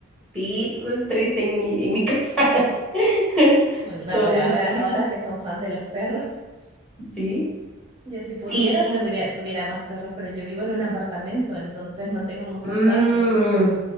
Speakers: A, in the centre; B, on the right.
A: Sí, todo es triste en mi, en mi casa. <laughs>
B: Bueno, no,
A: Todos
B: pero
A: mis
B: ahora,
A: perritos,
B: ahora que son fan de los perros,
A: sí.
B: yo si pudiera
A: Sí.
B: tuviera, tuviera más perros, pero yo vivo en un apartamento, entonces no tengo mucho
A: Mm.
B: espacio.